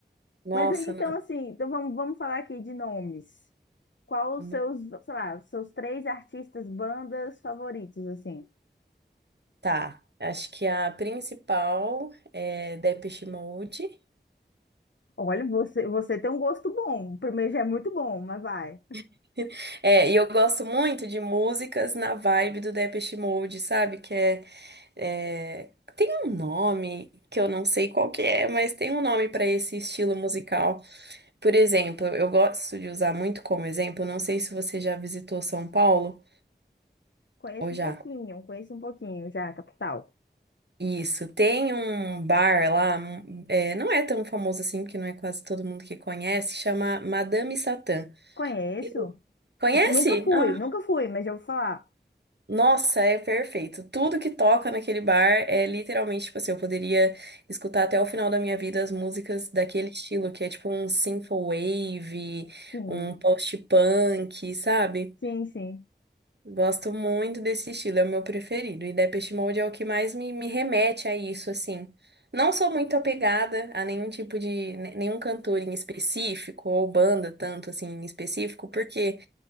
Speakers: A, on the right (about 65°); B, on the left (about 75°).
A: Nossa,
B: Mas aí, então,
A: não.
B: assim, então vamos, vamos falar aqui de nomes. Qual
A: não-
B: os seus, sei lá, seus três artistas, bandas favoritos, assim?
A: Tá. Acho que a principal é Depeche Mode.
B: Olha, você, você tem um gosto bom. O primeiro já é muito bom, mas vai.
A: <laughs> É, e eu gosto muito de músicas na vibe do Depeche Mode, sabe? Que é É, Tem um nome que eu não sei qual que é, mas tem um nome para esse estilo musical. Por exemplo, eu gosto de usar muito como exemplo, não sei se você já visitou São Paulo
B: Conheço
A: ou já.
B: um pouquinho, conheço um pouquinho já, Capital.
A: Isso, tem um bar lá, um- é, não é tão famoso assim, porque não é quase todo mundo que conhece, chama Madame Satã.
B: Conheço.
A: E- Conhece?
B: Assim, Nunca fui,
A: Ah,
B: nunca fui, mas já vou falar.
A: Nossa, é perfeito. Tudo que toca naquele bar é literalmente, tipo assim, eu poderia escutar até o final da minha vida as músicas daquele estilo, que é tipo um synth wave,
B: Sim,
A: um post-punk, sabe?
B: sim, sim.
A: Gosto muito desse estilo, é o meu preferido. E Depeche Mode é o que mais me, me remete a isso, assim. Não sou muito apegada a nenhum tipo de, ne- nenhum cantor em específico, ou banda tanto assim em específico, porque.